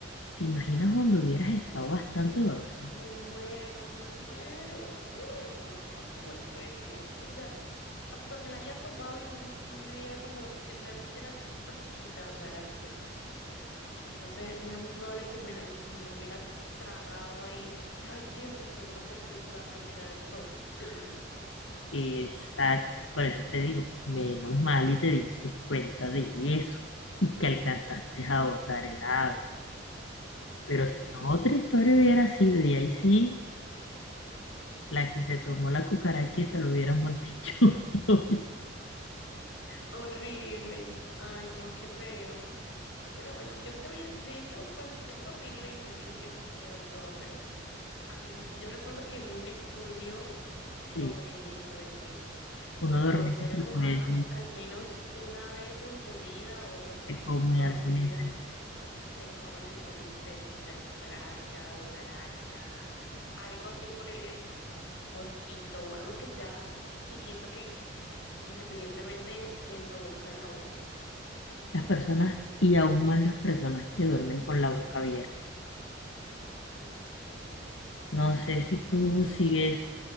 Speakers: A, on the left; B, on the left.
A: ¿Te imaginas cuando hubieras estado bastante dormida?
B: Me muero, me muero. Uy, no, aunque igual puede que, o sea, hasta me la haya tomado y no, no me diera cuenta porque realmente era súper chiquita, o sea, era súper chiquita. Entonces era muy probable que me la, me la hubiera tragado ahí, o- ay, qué asco, solo con pensarlo me da de todo. <gasps>
A: Exacto, por eso te digo, menos mal y te diste cuenta de eso y que alcanzaste a botar el agua. Pero
B: Sí.
A: si no, otra historia hubiera sido, y ahí sí La que se tomó la cucarachita, lo hubiéramos dicho. <laughs>
B: Horrible. Ay, no, qué feo. Pero bueno, yo también, de hecho, pues es horrible y yo digo que es feo y todo, pero a mí, yo recuerdo que vi un estudio
A: Sí,
B: sobre eso, de que
A: uno duerme
B: los seres
A: no
B: humanos
A: puede,
B: al menos una vez en su vida o dos veces
A: se come
B: en toda
A: algún
B: su vida
A: insecto.
B: se comen algún insecto, o sea, cucaracha o una araña, algo así por el un mosquito, algo que sea chiquito que independientemente se introduzca en la boca.
A: Las personas, y aún más las personas que duermen con la boca abierta.
B: Mm.
A: No sé si tú sigues